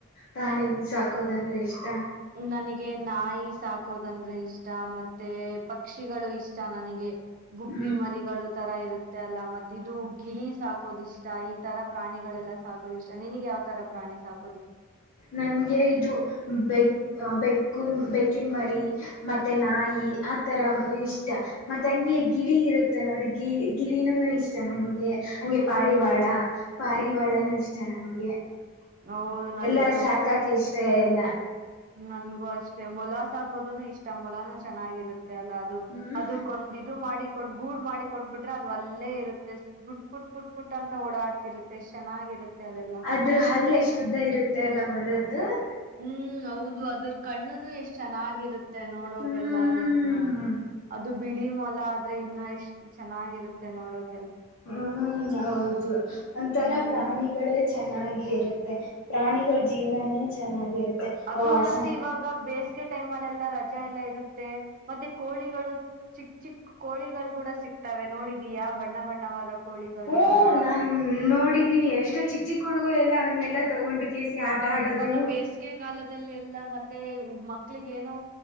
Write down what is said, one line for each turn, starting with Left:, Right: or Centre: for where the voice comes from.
Left: ಪ್ರಾಣಿಗ ಸಾ <unintelligible> ಸಾಕೋದಂದ್ರೆ ಇಷ್ಟ. <unintelligible>
Right: ನನಗೆ ನಾಯಿ ಸಾಕೋದಂದ್ರೆ ಇಷ್ಟ ಮತ್ತೆ ಪಕ್ಷಿಗಳು ಇಷ್ಟ ನನಗೆ ಗುಬ್ಬಿ
Left: ಹ್ಮ್
Right: ಮರಿಗಳು ತರ ಇರುತ್ತೆ ಅಲ್ಲ ಮತ್ತೆ ಇದು ಗಿಳಿ ಸಾಕೋದ ಇಷ್ಟ ಇ ಇತರ ಪ್ರಾಣಿಗಳೆಲ್ಲ ಸಾಕೋದು ಇಷ್ಟ ನಿನಗೆ ಯಾವ ತರ ಪ್ರಾಣಿ ಸಾಕ
Left: ನನಗೆ ಇದು ಬೆಕ್ ಬೆಕ್ಕು ಬೆಕ್ಕಿನ ಮರಿ ಮತ್ತೆ ನಾಯಿ ಆತರ ಇಷ್ಟ ಮತ್ತೆ ಅಗ <unintelligible> ಈ ಗಿಳಿ ಇರುತ್ತೆ ನೋಡಿ ಗಿ ಗಿಳಿನೂ ಇಷ್ಟ ನಂಗ್ <unintelligible> ಹಂಗೆ
Right: ಹ್ಮ್
Left: ಪಾರಿವಾಳ ಪಾರಿವಾಳನೂ ಇಷ್ಟ ನಂಗೆ. <unintelligible>
Right: ಹೌದು ನನಗೆ
Left: ನಂಗ್ ಸಾಕಕ್ ಇಷ್ಟ ಇಲ್ಲ. <unintelligible>
Right: ನನಗೂ ಅಷ್ಟೇ ಮೊಲ ಸಾಕೋದನು ಇಷ್ಟ ಮೊಲಾನೂ ಚೆನ್ನಾಗಿರುತ್ತೆ. <unintelligible> ಎಲ್ಲಾದು
Left: ಹ್ಞೂ
Right: ಅದಕ್ಕ ಒಂದ ಇದು ಮಾಡಿಕೊಟ್ ಗೂಡ ಮಾಡಿ ಕೊಟ್ಬಿಟ್ರೆ ಅದು ಅಲ್ಲೇ ಇರುತ್ತೆ. <unintelligible> ಪುಟ್ ಪುಟ್ ಪುಟ್ ಅಂತ ಓಡಾಡ್ತಿರುತ್ತೆ ಚೆನ್ನಾಗಿರುತ್ತೆ. ಅದೆಲ್ಲ
Left: ಆದರ ಹಲ್ಲ ಎಷ್ಟು ಉದ್ದ ಇರುತ್ತೆ ಅಲ್ಲ ಮೊಲದು <unintelligible>
Right: ಹೂ ಹೌದು ಅದರ ಕಣ್ಣುನು ಎಷ್ಟ ಚೆನ್ನಾಗಿರುತ್ತೆ ನೋಡೋಕ
Left: ಹ್ಮ್
Right: ಎಲ್ಲದು <unintelligible> ಅದು ಬಿಳಿ ಮೊಲ ಆದ್ರೆ ಇನ್ನು ಎಷ್ಟು ಚೆನ್ನಾಗಿರುತ್ತೆ ನೋಡೋದು
Left: ಹೂ ಹೌದು ಒಂಥರ
Right: ಹ್ಮ್
Left: ಪ್ರಾಣಿಗಳೇ ಚೆನ್ನಾಗಿ ಇರುತ್ತೆ. <unintelligible> ಪ್ರಾಣಿಗಳ ಜೀವನಾ ನೇ ಚೆನ್ನಾಗಿರುತ್ತೆ. <unintelligible>
Right: ಅದು
Left: ವಾಸ
Right: ಮತ್ತೆ ಇವಾಗ ಬೇಸ ಟೈಮ್ ಅಲ್ಲ ಎಲ್ಲ ರಜಾ ಎಲ್ಲ ಇರುತ್ತೆ ಮತ್ತೆ ಕೋಳಿಗಳು ಚಿಕ್ ಚಿಕ್ಕ ಕೋಳಿಗಳು ಕೂಡ ಸಿ ತವೆ ನೋಡಿದೀಯಾ ಬಣ್ಣ ಬಣ್ಣವಾದ ಕೋಳಿಗಳು
Left: ಓ
Right: ಎಲ್ಲಾ
Left: ನನ್ ನೋಡಿದ್ದ ಇದೀ ಎಷ್ಟ ಚಿಕ್ಕ ಚಿಕ್ಕ ಹುಡುಗುರೆಲ್ಲ ಅವನ್ನಲ್ಲ ತಗೊಂಡು ಕೇಸಿ ಆಟ
Right: ಹ
Left: ಆಡೋದು
Right: ಇವಾಗ ಬೇಸಿಗೆ ಕಾಲದಲ್ಲಿ ಎಲ್ಲ ಲ್ಲ ಮತ್ತೆ ಮಕ್ಳಿಗೆ ಏನೋ